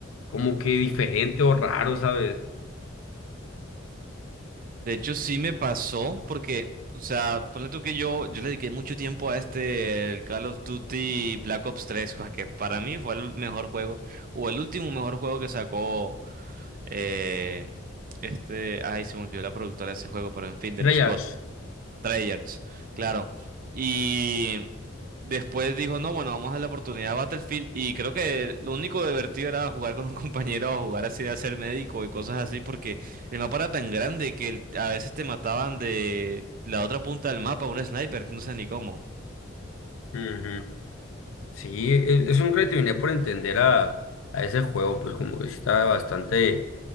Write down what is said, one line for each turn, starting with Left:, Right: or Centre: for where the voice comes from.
Left: como que diferente o raro, ¿sabes?
Right: De hecho, sí me pasó porque, o sea, ponle tú que yo, yo le dediqué mucho tiempo a este, el Call of Duty Black Ops tres, <laughs> cosa que para mí fue el mejor juego, o el último mejor juego que sacó eh, este, ay, se me olvidó la productora de ese juego, pero en fin, de
Left: Treyarch.
Right: los COD. Treyarch, claro. Y después dijo, no, bueno, vamos a darle la oportunidad a Battlefield. Y creo que lo único divertido era jugar con un <laughs> compañero o jugar así de hacer médico y cosas así, porque el mapa era tan grande que el- a veces te mataban de la otra punta del mapa, un sniper, tú no sabes ni cómo.
Left: Ujú. Sí, e- eso nunca le terminé por entender a, a ese juego, pues como que sí estaba bastante,